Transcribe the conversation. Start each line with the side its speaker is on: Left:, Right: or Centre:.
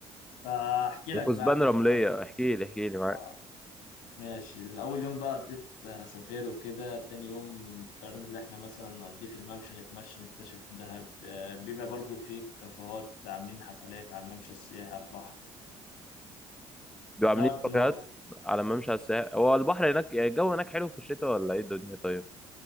Left: فأحكي
Centre: <laughs> وكثبان
Left: لك بقى على الأيام
Centre: رملية
Left: اللي أنا قضيتها
Centre: احكي لي احكي لي معاك
Left: آه. ماشي الأول يوم بقى قضيت سفير وكده تاني يوم قررنا اللي احنا مثلا نقضيه في الممشى نتمشى نكتشف دهب آه، بيبقى برضو في كافيهات عاملين حفلات على الممشى السياحي على البحر
Centre: بيبقوا
Left: ده
Centre: عاملين
Left: قضيناه
Centre: كافيهات على ما امشي على الساحل هو البحر هناك يعني الجو هناك حلو في الشتاء ولا ايه الدنيا طيب